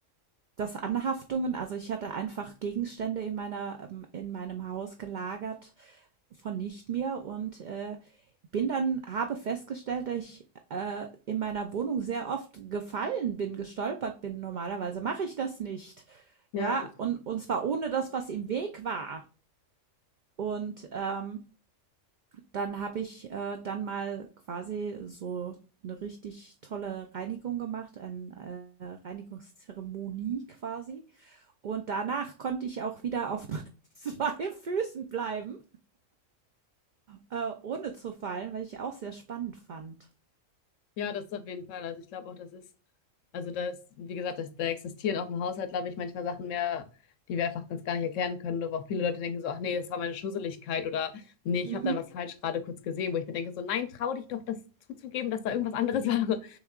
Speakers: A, on the right; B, on the left.
A: das Anhaftungen, also ich hatte einfach Gegenstände in meiner ähm, in meinem Haus gelagert von nicht mir und äh, bin dann, habe festgestellt, dass ich äh, in meiner Wohnung sehr oft gefallen bin, gestolpert bin. Normalerweise mache ich das nicht.
B: Ja.
A: Ja, und, und zwar ohne das, was im Weg war. Und ähm, dann habe ich äh, dann mal quasi so eine richtig tolle Reinigung gemacht, eine äh, Reinigungszeremonie quasi. Und danach konnte ich auch wieder auf <laughs> zwei Füßen bleiben, äh, ohne zu fallen, was ich auch sehr spannend fand.
B: Ja, das ist auf jeden Fall. Also ich glaube auch, das ist, also da ist, wie gesagt, das, da existieren auch im Haushalt, glaube ich, manchmal Sachen mehr, die wir einfach ganz gar nicht erklären können, wo auch viele Leute denken so, ach nee, das war meine Schusseligkeit oder nee, ich
A: Mhm.
B: habe dann was falsch gerade kurz gesehen, wo ich mir denke so, nein, trau dich doch, das zuzugeben, dass da irgendwas anderes <laughs> war.